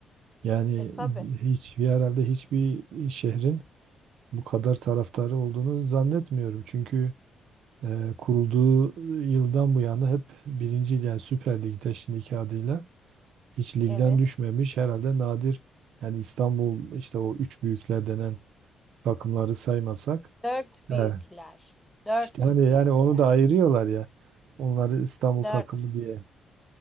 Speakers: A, on the right; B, in the centre.
A: Yani
B: E tabii.
A: hiç herhalde hiçbir şehrin bu kadar taraftarı olduğunu zannetmiyorum. Çünkü e, kurulduğu yıldan bu yana hep birinci yani Süper Lig'de şimdiki adıyla hiç ligden
B: Evet.
A: düşmemiş herhalde nadir yani İstanbul işte o üç büyükler denen takımları saymasak.
B: Dört büyükler.
A: He.
B: Dört
A: İşte hani yani
B: büyükler.
A: onu da ayırıyorlar ya. Onları İstanbul
B: Dört
A: takımı diye.